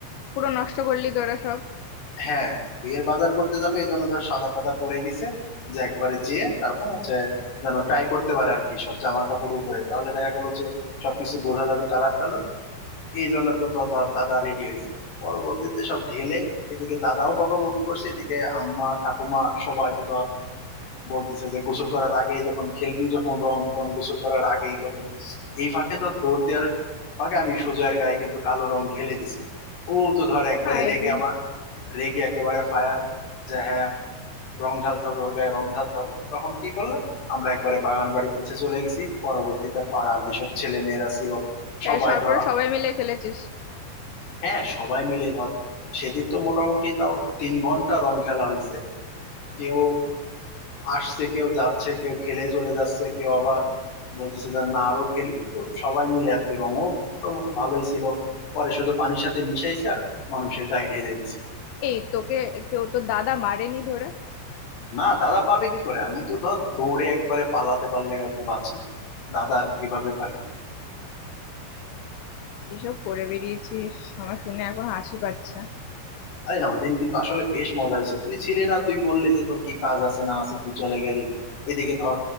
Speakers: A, on the left (about 80°); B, on the left (about 55°).
A: পুরো নষ্ট করলি তোরা সব
B: হ্যাঁ বিয়ের বাজার করতে যাবে এই জন্য ধর সাদা টাদা পরে গেছে যে একবারে যেয়ে তারপর হচ্ছে যেন ট্রাই করতে পারে আর কি সব জামা কাপড় উপরে তাহলে দেখা গেল যে সবকিছু বোঝা যাবে কালার টালার এই জন্য তো তো ধর দাদা রেডি হয়েছে পরবর্তীতে সব ঢেলে এদিকে দাদাও বকাবকি করছে এদিকে আম্মা ঠাকুমা সবাই তো ধর বলতেছে যে গোসল করার আগেই যখন খেলবি যখন রং তখন গোসল করার আগেই করবি এই ফাঁকে তো দৌড় দেওয়ার ফাঁকে আমি সোজার গায়ে কিন্তু কালো রং ঢেলে দিছি ও তো ধর একবারে
A: হায়
B: রেগে
A: রে
B: আমার রেগে একেবারে ফায়ার যে হ্যাঁ রং ঢালতে হবে ওর গায়ে রং ঢালতে হবে তখন কি করলাম আমরা একবারে বাগান বাড়ি পিছে চলে গেছি পরবর্তীতে পাড়ার যেসব ছেলে মেয়েরা ছিল
A: তাই
B: সবাই
A: সরপরে
B: ধরা
A: সবাই মিলে খেলেছিস
B: হ্যাঁ সবাই মিলে ধর সেদিন তো মোটামুটি তাও তিন ঘন্টা রং খেলা হয়েছে কেউ আসছে কেউ যাচ্ছে কেউ খেলে চলে যাচ্ছে কেউ আবার বলতেছে যে না আরো খেলি তো সবাই মিলে আর কি রঙও মোটামুটি ভালোই ছিল পরে শুধু পানির সাথে মিশাইছে আর মানুষের গায়ে ঢেলে দিছে
A: এই তোকে কেউ তো দাদা মারেনি ধরে
B: না দাদা পাবে কি করে আমি তো ধর দৌড়ে একবারে পালাতে পারলে গা তো বাঁচি দাদার কিভাবে পাই
A: এসব করে বেরিয়েছিস আমার শুনে এখন হাসি পাচ্ছে
B: আরে না ওই দিন কিন্তু আসলে বেশ মজা হয়েছে তুই ছিলি না তুই বললি যে তোর কি কাজ আছে না আছে তুই চলে গেলি এদিকে ধর